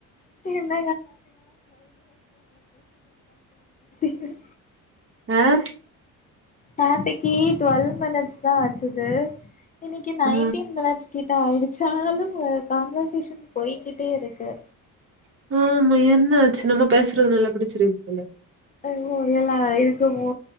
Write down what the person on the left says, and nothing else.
என்ன <unintelligible> <unintelligible>
நேத்தக்கி ட்வெல்வ் மினிட்ஸ்தா ஆச்சுது இன்னிக்கி நைன்டீன்
மினிட்ஸ் கிட்ட ஆயிடுச் சு ஆனாலும் கான்வேர்சேஷன் போய்கிட்டேருக்கு
அதுவு நல்லா இருக்குமோ